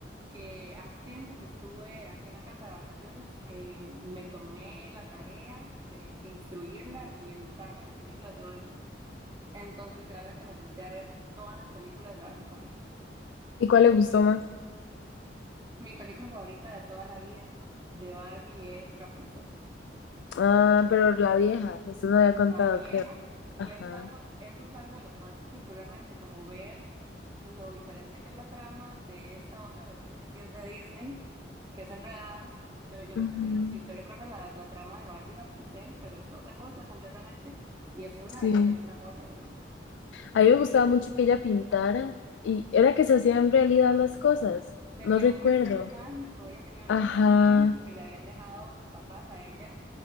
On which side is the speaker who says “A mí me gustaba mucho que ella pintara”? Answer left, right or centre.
Left